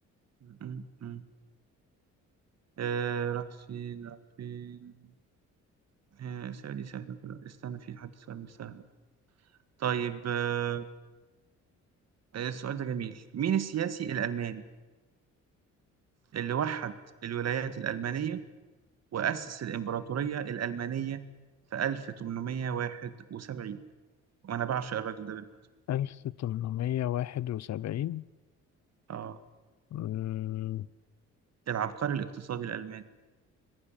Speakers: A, on the right (about 60°); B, on the left (about 60°).
A: م- م- م. آه راح فين راح فين آه سهلة دي سهلة كلها استنى في حد سؤال مش سهل طيب آه آه، السؤال ده جميل مين السياسي الألماني اللي وحد الولايات الألمانية وأسس الإمبراطورية الألمانية في 1871 وأنا بعشق الراجل ده بالمناسبة
B: ألف تمنمية واحد وسبعين
A: آه
B: مم.
A: العبقري الاقتصادي الألماني